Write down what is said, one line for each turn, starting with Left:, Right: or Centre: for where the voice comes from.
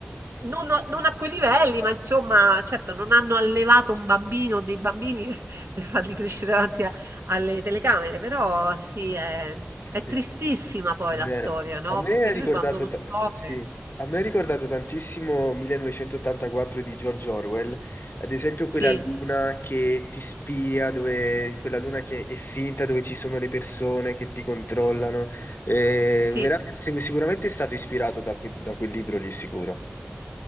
Right: Non, a non a quei livelli, ma insomma, certo, non hanno allevato un bambino o dei bambini <laughs> per farli crescere davanti a- alle telecamere, però sì, è,
Left: Sì.
Right: è tristissima poi
Left: È vero.
Right: la storia, no?
Left: A me
Right: Perché
Left: è
Right: lui
Left: ricordato,
Right: quando lo
Left: ta-
Right: scopre.
Left: sì, a me è ricordato tantissimo 1984 di George Orwell, ad esempio
Right: Sì,
Left: quella luna che ti spia, dove, in quella luna che è finta, dove ci sono le persone che ti controllano. Eh,
Right: sì.
Left: vera- sic- sicuramente è stato ispirato da, que- da quel libro lì, sicuro.